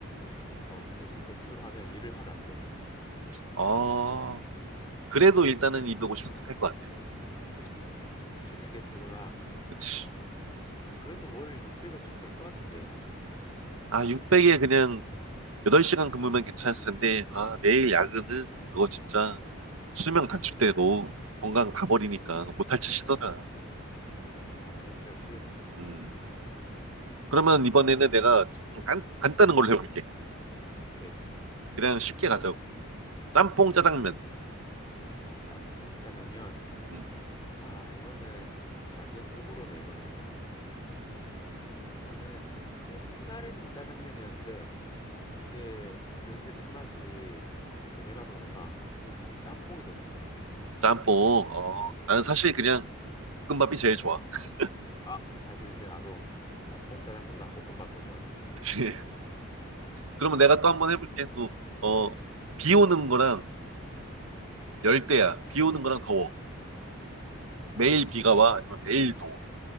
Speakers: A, on the left; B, on the right.
A: 어, 대신 백수로 하면 일을 하면 안 돼.
B: 어, 그래도 일단은 250 선택할 것 같아.
A: 아, 역시 쉬는 게 최고다.
B: 그치.
A: 아, 그래도 월 600은 좀 센 거 같은데.
B: 아, 600에 그냥 8시간 근무면 괜찮았을 텐데, 아, 매일 야근은 그거 진짜 수명 단축되고 건강 다 버리니까 못할 짓이더라.
A: 아, 그렇지. 역시.
B: 음. 그러면
A: 아,
B: 이번에는
A: 그러면
B: 내가 좀 간, 간단한 걸로 해볼게.
A: 오케이.
B: 그냥 쉽게 가자고. 짬뽕 짜장면.
A: 음. 짬뽕 짜장면.
B: 음.
A: 아, 이거는 완전 호불호네, 이거는. 나는 옛날에는 짜장면이었는데 이제 슬슬 입맛이 변해가서 그런가 이제 슬슬 짬뽕이 더 좋더라고 나는
B: 짬뽕. 어, 나는 사실 그냥 볶음밥이 제일 좋아. <laughs>
A: 아 사실 근데 나도 짬뽕 짜장보다 볶음밥 더 좋아해
B: 그치? 그러면 내가 또 한번 해볼게. 또, 어, 비 오는 거랑 열대야. 비 오는 거랑 더워.
A: 아
B: 매일
A: 비
B: 비가
A: 오는
B: 와. 아니면 매일 더워.